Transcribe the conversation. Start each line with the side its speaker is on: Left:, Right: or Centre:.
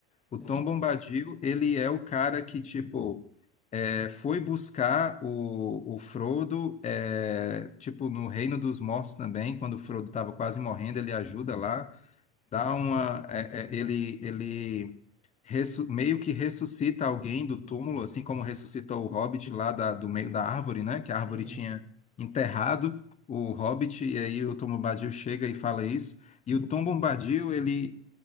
Left: O
Centre: sim,
Left: Tom
Centre: sim.
Left: Bombadil, ele é o cara que, tipo, é, foi buscar o, o Frodo, é, tipo, no Reino dos Mortos também, quando o Frodo estava quase morrendo, ele ajuda lá, dá uma... é, é, ele, ele ressu- meio que ressuscita alguém do túmulo, assim como ressuscitou o Hobbit lá da- do meio da árvore, né? Que a árvore
Centre: Uhum.
Left: tinha enterrado o Hobbit, e aí o Tom Bombadil chega e fala isso. E o Tom Bombadil, ele